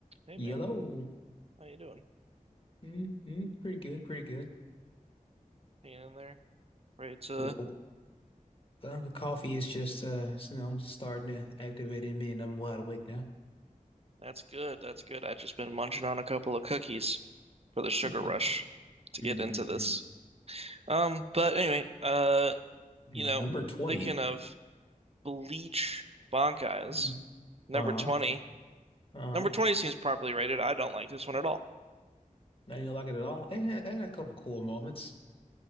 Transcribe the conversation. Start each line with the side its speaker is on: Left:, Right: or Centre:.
Right: Hey
Left: Yellow.
Right: man, how you doing?
Left: Mm-hmm. Pretty good. Pretty good.
Right: Hanging in there? Right, uh,
Left: Whoa. Uh, the coffee is just, uh, you know, just starting to activate in me, and I'm wide awake now.
Right: that's good. That's good. I've just been munching on a couple of cookies for the sugar
Left: <laughs>
Right: rush to get
Left: Mm-hmm.
Right: into this. Um, but anyway, uh,
Left: Number
Right: you know,
Left: 20.
Right: thinking of Bleach Bankai's
Left: Mm.
Right: number
Left: Uh-huh.
Right: 20.
Left: Uh-huh.
Right: Number 20 seems properly rated. I don't like this one at all.
Left: Now you don't like it at all. It had, it had a couple cool moments.